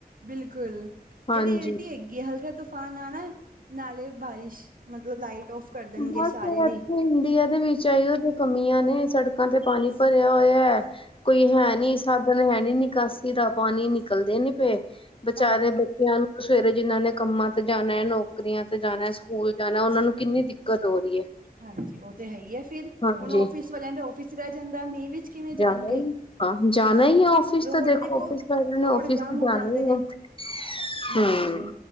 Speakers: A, on the right; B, on the left.
A: ਬਿਲਕੁਲ, ਇਹਦੀ
B: ਹਾਂਜੀ
A: ਐਲਟੀ ਹੈਗੀ ਹੈ, ਹਲਕਾ ਤ ਅਹ ਨਾਲ ਨਾ, ਨਾਲੇ ਬਾਰਿਸ਼, ਮਤਲਬ ਲਾਈਟ ਔਫ। ਕਰ ਦੇਣਗੇ
B: ਬਸ,
A: ਸਾਰੇ ਦੀ
B: ਇੱਥੇ ਇੰਡੀਆ ਦੇ ਵਿੱਚ। ਚਾਈਓ ਦੀਆਂ ਕਮੀਆਂ ਨੇ, ਸੜਕਾਂ ਤੇ ਪਾਣੀ ਭਰਿਆ ਹੋਇਆ ਕੋਈ ਹੈ ਨੀ, ਸਾਧਨ ਹੈ ਨੀ ਨਿਕਾਸੀ ਦਾ, ਪਾਣੀ ਨਿਕਲਦੇ ਨੀ ਪਏ ਬਚਾਰੇ
A: ਹਾਂ
B: ਬੱਚਿਆਂ ਨੂੰ ਸਵੇਰੇ ਜਿਹਨਾਂ ਨੇ ਕੰਮਾਂ ਤੇ ਜਾਣਾ ਹੈ, ਨੌਕਰੀਆਂ ਤੇ ਜਾਣਾ, ਸਕੂਲ ਜਾਣਾ, ਉਹਨਾ ਨੂੰ ਕਿੰਨੀ ਦਿੱਕਤ ਦਿਕਤ ਹੋ ਰਹੀ ਹੈ।
A: ਹਾਂਜੀ, ਉਹ ਤਾਂ ਹੈ ਹੀ ਹੈ ਫਿਰ,
B: ਹਾਂਜੀ
A: ਹੁਣ ਔਫੀਸ ਵਾਲਿਆਂ ਦਾ ਔਫੀਸ ਰਹਿ ਜਾਂਦਾ, ਮੀਂਹ ਵੀ ਕਿਵੇਂ ਜਾਣਗੇ,
B: ਜਾਣਾ ਹੀ ਹਾਂ ਜਾਣਾ ਹੀ ਹੈ ਆਫਿਸ
A: ਰੋਡ
B: ਤਾਂ
A: ਦੇਖੋ,
B: ਆਫਿਸ ਵਾਲਿਆਂ ਨੇ
A: ਰੋਡ
B: ਆਫਿਸ
A: ਜਾਮ
B: ਤੇ
A: ਹੋ
B: ਜਾਣਾ
A: ਜਾਂਦੇ
B: ਹੀ ਹੈ
A: ਨੇ। ਹਾਂਜੀ,
B: ਹੂੰ